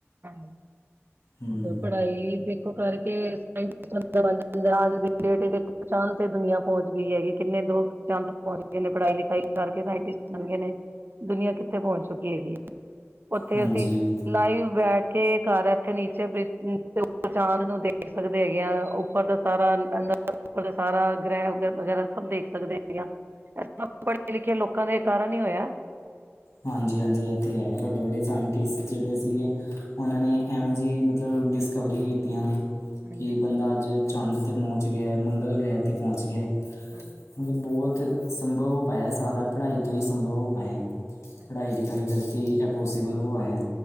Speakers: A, on the right; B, on the left.
A: ਹਾਂ
B: ਹੂੰ
A: <unintelligible> ਪੜ੍ਹਾਈ ਦੇ <unintelligible> ਅੱਜ ਦੀ ਡੇਟ ਤੇ ਦੇਖੋ ਚਾਂਦ ਤੇ ਦੁਨੀਆਂ ਪੋਚ ਗਈ ਹੈਗੀ ਕਿੰਨੇ ਲੋਕ ਚੰਦ ਤੇ ਪੋਚ ਗਏ ਨੇ ਪੜ੍ਹਾਈ ਲਿਖਾਈ ਕਰਕੇ ਸਾਇੰਟਿਸਟ ਬਨ ਗਏ ਨੇ ਦੁਨੀਆਂ ਕਿੱਥੇ ਪੋਚ ਚੁੱਕੀ ਹੈਗੀ ਏ। ਓਥੇ
B: ਹਾਂਜੀ
A: ਅਸੀਂ ਲਾਈਵ ਬੈਠ ਕੇ ਘਰ ਐਥੇ ਨੀਚੇ ਪ੍ਰਿਥਵੀ ਤੇ ਉਪਰ ਚਾਂਦ ਨੂੰ ਦੇਖ ਸਕਦੇ ਹੈਗੇ ਆ, ਉੱਪਰ ਦਾ ਸਾਰਾ <unintelligible> ਸਾਰਾ ਗ੍ਰਹਿ ਵਗੈਰਾ ਸਭ ਦੇਖ ਸਕਦੇ ਹੈਗੇ ਆ। ਐ ਸਬ ਪੜੇ-ਲਿਖੇ ਲੋਕਾਂ ਦੇ ਕਾਰਨ ਹੀ ਹੋਇਆ।
B: ਹਾਂਜੀ-ਹਾਂਜੀ, ਐ ਤੇ ਹੈ ਵੱਡੇ-ਵੱਡੇ ਸਾਇੰਟਿਸਟ ਜੇੜੇ ਸੀਗੇ ਓਨਾਂ ਨੇ ਐਵੇਂ ਜੀ ਮਤਲਬ ਡਿਸਕਵਰੀ ਕੀਤੀਆਂ ਨੇ।
A: ਹਾਂਜੀ
B: ਕਿ ਬੰਦਾ ਅੱਜ ਚੰਦ ਤੇ ਪੌਂਚ ਗਯਾ, ਮੰਗਲ ਗ੍ਰਹਿ ਤੇ ਪੌਂਚ ਗਯਾ।
A: ਹੂੰ।
B: ਮਤਲਬ ਬੋਤ ਸੰਭਵ ਹੋ ਪਾਏਆ ਸਾਰਾ ਪੜ੍ਹਾਈ ਤੋਂ ਹੀ ਸੰਭਵ ਹੋ ਪਾਏਆ।
A: ਹਾਂਜੀ
B: ਪੜ੍ਹਾਈ ਲਿਖਾਈ ਕਰਕੇ ਹੀ ਐ ਪੋਸੀਬਲ ਹੋ ਆਏਆ।